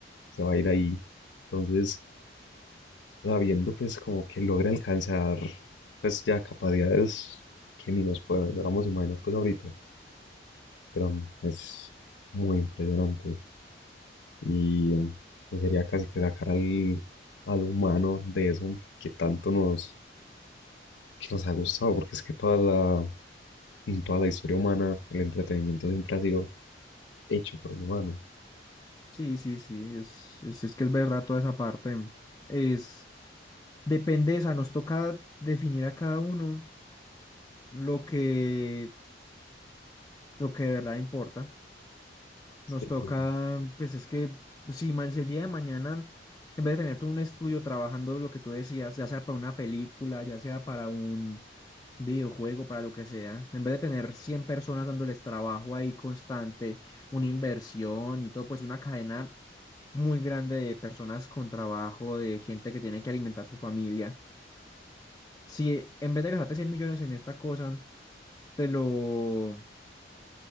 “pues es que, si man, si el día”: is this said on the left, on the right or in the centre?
Left